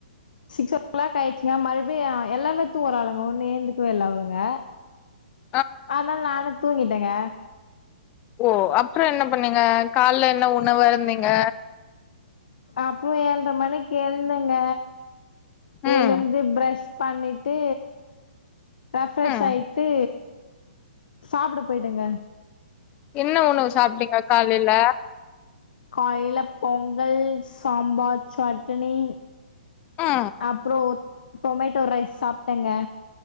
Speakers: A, on the left; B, on the left.
A: சிக்ஸ் ஓ கிளாக் ஆயிச்சுங்க மறுபியு எல்லாமே தூகுறாளுங்க ஒண்ணு ஏழுந்துக்கவே இல்ல அவளுங்க
B: <inaudible>
A: அனால நானு தூங்கிட்டேங்க
B: ஓ அப்புறோ என்ன பண்ணீங்க கால்ல என்ன உணவு அருந்திங்க
A: அப்புறோ ஏழ்ர மணிக்கு எழுந்தங்க
B: ம்
A: எழுந்து ப்ரஷ் பண்ணிட்டு ரெஃப்ரெஷ்
B: ம்
A: ஆயிட்டு சாப்ட போய்டேங்க
B: என்ன உணவு சாப்ட்டீங்க காலைல
A: காலைல பொங்கல் சாம்பார் சட்டுனி
B: ஆ
A: அப்புறோ டொமேட்டோ ரைஸ் சாப்டங்க